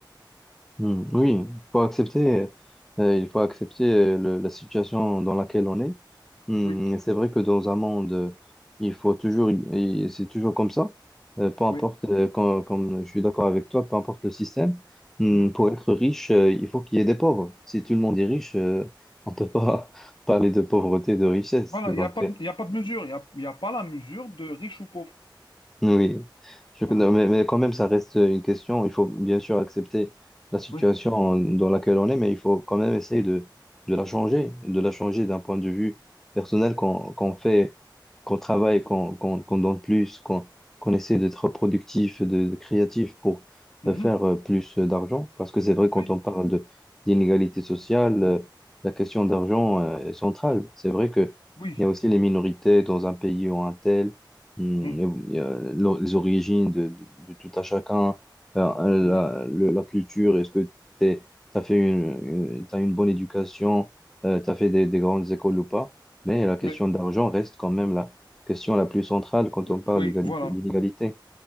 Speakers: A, in the centre; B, on the left (about 75°).
A: hmm, oui, il faut accepter, euh, il faut accepter euh, le- la situation dans laquelle on est. Hmm,
B: Oui,
A: et c'est vrai que dans un monde, euh, il faut toujours, et c'est toujours comme ça. Euh, peu importe,
B: oui.
A: euh, quand- comme je suis d'accord avec toi, peu importe le système, hmm,
B: Mm.
A: pour être riche, euh, il faut qu'il y ait des pauvres. Si tout le monde est riche, euh, on ne peut pas <laughs> parler de pauvreté, de richesse.
B: Voilà,
A: Donc,
B: il n'y a pas
A: euh,
B: de, il y a pas de mesure. Il n'y a, il y a pas la mesure de riche ou pauvre.
A: Oui, Je-
B: Voilà.
A: non, mais, mais quand même, ça reste une question. Il faut bien sûr accepter la situation
B: Oui.
A: en- dans laquelle on est, mais il faut quand même essayer de, de la changer, de la changer d'un point de vue personnel, qu'on qu'on fait, qu'on travaille, qu'on qu'on, qu'on donne plus, qu'on qu'on essaie d'être productif, de, de créatif pour
B: Mhm.
A: euh, faire euh, plus d'argent. Parce que c'est vrai, quand
B: Oui.
A: on parle de d'inégalité sociale,
B: Oui.
A: euh, la question d'argent euh, est centrale. C'est vrai que
B: Oui.
A: il y a aussi les minorités dans un pays ou un tel. Mm,
B: Mm.
A: et, euh, l'o- les origines de, de- de tout à chacun, euh, euh,
B: Mhm.
A: la, le- la culture, est-ce que tu as fait une, une- t'as une bonne éducation, euh, tu as fait des, des grandes écoles ou pas, mais la question
B: Oui.
A: d'argent reste quand même la question la plus centrale quand
B: Oui.
A: on parle
B: Oui.
A: d'égalité,
B: Voilà.
A: d'inégalité.